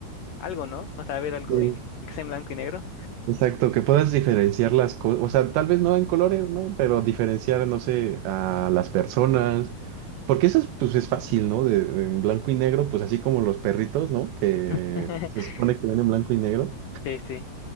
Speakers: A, on the left; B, on the right.
A: algo, ¿no? O sea, ver algo
B: Sí,
A: en que sea en blanco y negro.
B: Exacto, que puedas diferenciar las cosas, o sea, tal vez no en colores, ¿no? Pero diferenciar, no sé, a las personas, porque eso es, pues es fácil, ¿no? De, de- en blanco y negro, pues así como los perritos, ¿no? Que
A: <laughs>
B: se supone que ven en blanco y negro.
A: Sí, sí.